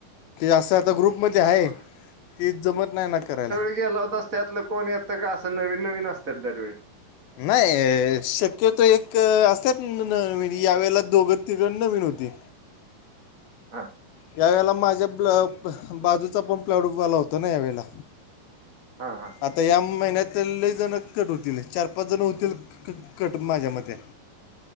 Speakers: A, on the left; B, on the right.
A: अस आता ग्रुपमध्ये आहे
B: म-
A: ते जमत नाही ना करायला
B: गलाव द त्यातलं कोण येतं का असं नवीन नवीन असतात दरवेळ
A: नाही शक्यतो एक असत यावेेळेला दोघं तिघड नवीन होती
B: हां
A: यावेेळेला माझ्या ब्ल बाजूचा पण प्लडूवाला होता ना यावेेळेला
B: हा हा
A: आता या महिन्यातले जण कट होतील चार पाच जण होतील क कट माझ्या मते